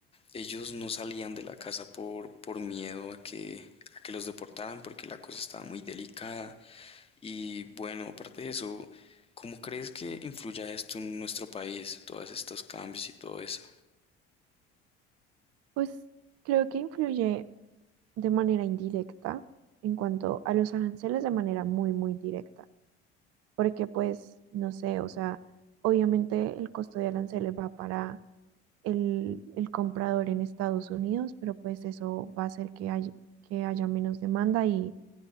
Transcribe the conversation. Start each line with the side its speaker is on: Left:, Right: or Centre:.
Left: ellos no salían de la casa por, por miedo a que, a que los deportaran, porque la cosa estaba muy delicada. Y bueno, aparte de eso, ¿cómo crees que influya esto en nuestro país, todos estos cambios y todo eso?
Right: Pues creo que influye de manera indirecta en cuanto a los aranceles de manera muy, muy directa, porque pues, no sé, o sea, obviamente el costo de aranceles va para el, el comprador en Estados Unidos, pero pues eso va a hacer que haya, que haya menos demanda y